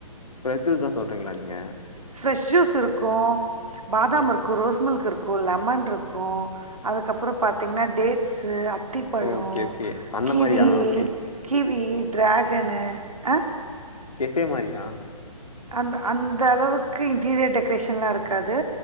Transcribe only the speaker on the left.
ஃப்ரெஷ் ஜூஸ் தான் சொல்றீங்களா நீங்க?
ஓகே.
ஓகே ஓகே அந்த
மாரியா? okay.
கேஃபே மாரியா